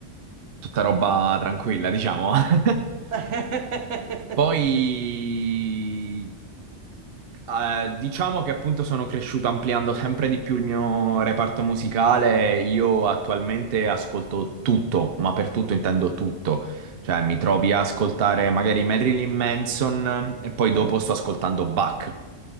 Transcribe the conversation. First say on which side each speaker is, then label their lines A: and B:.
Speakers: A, on the right; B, on the right.
A: tutta roba tranquilla, diciamo. <laughs>
B: <laughs>
A: Poi, eh, diciamo che appunto sono cresciuto ampliando sempre di più il mio reparto musicale. Io attualmente ascolto tutto, ma per tutto intendo tutto. Cioè, mi trovi a ascoltare magari Marilyn Manson e poi dopo
B: Eh, ah,
A: sto ascoltando Bach.